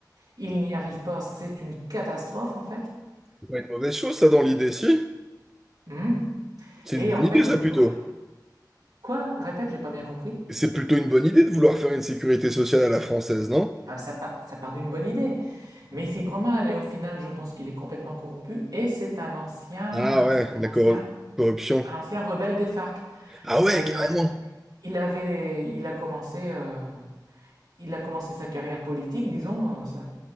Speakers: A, on the right; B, in the centre.
A: Il n'y arrive pas. C'est une catastrophe, en fait.
B: C'est pas une mauvaise chose, ça, dans l'idée, si?
A: Mhm.
B: C'est
A: Et
B: une bonne
A: en fait,
B: idée, ça,
A: au- au-
B: plutôt.
A: quoi? Répète, j'ai pas bien compris.
B: C'est plutôt une bonne idée de vouloir faire une sécurité sociale à la française, non?
A: Ah, ça part, ça part d'une bonne idée. Mais il s'y prend mal et au final, je pense qu'il est complètement corrompu. Et c'est un ancien,
B: Ah ouais,
A: c'est un
B: la
A: ancien,
B: cor- corruption.
A: un ancien rebelle des FARC.
B: Ah ouais,
A: Enfin, il
B: carrément.
A: a, il avait, il a commencé, euh, il a commencé sa carrière politique, disons, euh, ça-